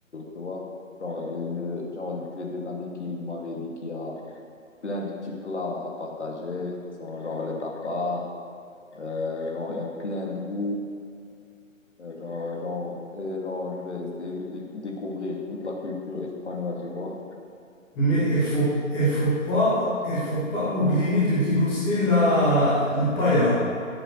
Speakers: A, on the left; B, in the centre.
A: tu vois. Genre, il me- genre, j'ai des amis qui m'avaient dit qu'il y a plein de petits plats à partager, sont genre les tapas, euh, genre, il y a plein de goûts. euh, genre, genre, et genre, je vais essayer de dé- découvrir toute la culture espagnole, tu vois.
B: Mais il faut, il faut pas, il faut pas oublier de déguster la, le paella.